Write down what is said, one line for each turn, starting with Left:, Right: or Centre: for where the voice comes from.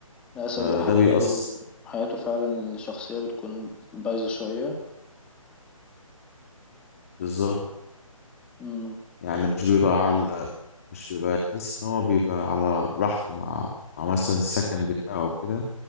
Centre: للأسف
Left: فده
Centre: ده حياته
Left: بيأثر
Centre: حياته فعلا الشخصية بتكون بايظة شوية
Left: بالظبط
Centre: مم.
Left: يعني مش بيبقى على مش بيبقى تحس ان هو بيبقى على راحته مع مع مثلا السكن بتاعه وكده